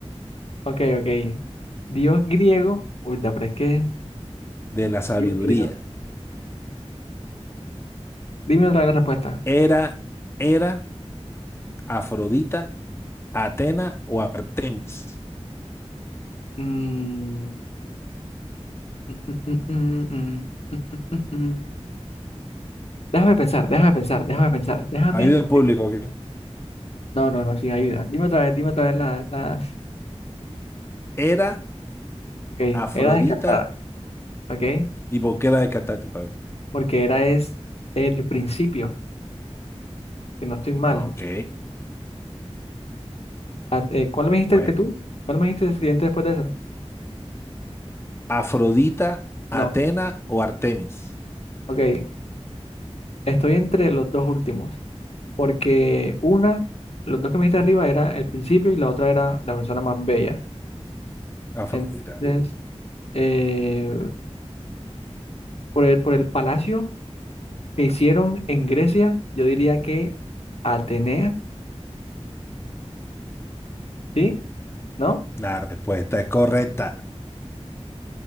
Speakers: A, on the left; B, on the left.
A: ok, ok. Dios griego. Uy, da, pero es que.
B: de la sabiduría?
A: Dios griego. Dime otra vez la respuesta.
B: ¿Era, era Afrodita, Atena o Artemis?
A: Mm, mm, mm, mm, mm, mm, mm, mm, mm. Déjame pensar, déjame pensar, déjame pensar. Déjame.
B: Ayuda al público, ¿ok?
A: No, no, no, sin ayuda. Dime otra vez, dime otra vez la- las.
B: ¿Era
A: Ok,
B: Afrodita
A: era descartada, ok.
B: y Boquera de Catate. pa' ver.
A: Porque era es el principio. si no estoy mal.
B: Ah, ok.
A: Ah, eh, ¿cuál me dijiste
B: Bueno.
A: que tú? ¿Cuál me dijiste el siguiente después de esa?
B: Afrodita, Atena
A: No,
B: o Artemis.
A: ok. Estoy entre los dos últimos, porque una, los dos que me dijiste arriba era el principio y la otra era la persona más bella.
B: Afrodita.
A: Entonces, eh, por el, por el palacio que hicieron en Grecia, yo diría que Atenea, ¿sí? ¿No?
B: La respuesta es correcta.